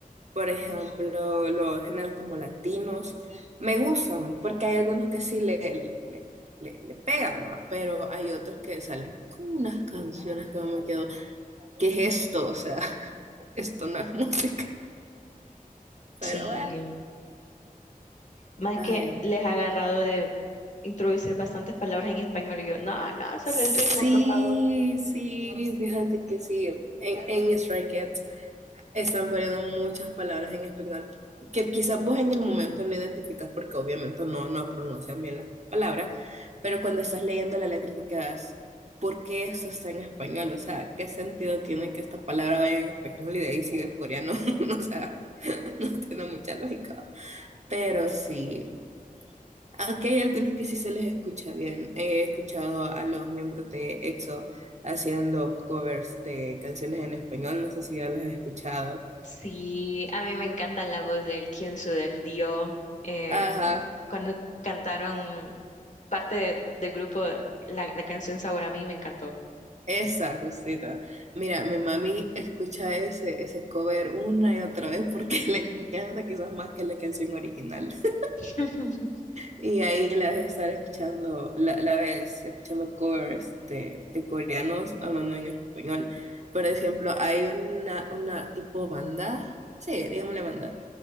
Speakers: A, on the right; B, on the left.
A: por ejemplo, los géneros como latinos, me gustan porque hay algunos que sí le, le, le, le- le pegan más, pero hay otros que salen con unas canciones que yo me quedo, ¿qué es esto? O sea, <laughs> esto no es música, pero
B: Sí,
A: bueno.
B: más
A: Ay,
B: que les ha agarrado de introducir bastantes palabras en español y yo, no, no, solo
A: sí,
B: el ritmo, por favor.
A: sí, fíjate que sí, en, en Stray Kids Están poniendo muchas palabras en español que quizás vos en el momento no identificas porque obviamente no, no pronuncian bien las palabras, pero cuando estás leyendo la letra te quedas, ¿por qué eso está en español? O sea, ¿qué sentido tiene que esta palabra vaya en español y de ahí siga el coreano? <laughs> O sea, no tiene mucha lógica. Pero sí, aunque hay algunos que sí se les escucha bien. He escuchado a los miembros de EXO haciendo covers de canciones en español, no sé si ya las has escuchado.
B: Sí, a mí me encanta la voz del Kyunsu, del Dio. Eh,
A: Ajá,
B: cuando cantaron parte de- del grupo, la, la canción Sabor a mí me encantó.
A: Esa, justita. Mira, mi mami escucha ese, ese cover una y otra vez porque <laughs> le encanta quizás más que la canción original. <laughs>
B: <laughs>
A: Y ahí la ves estar escuchando, la, la ves escuchando covers de, de coreanos hablando en español. Por ejemplo, hay una, una tipo banda, sí, digámosle banda,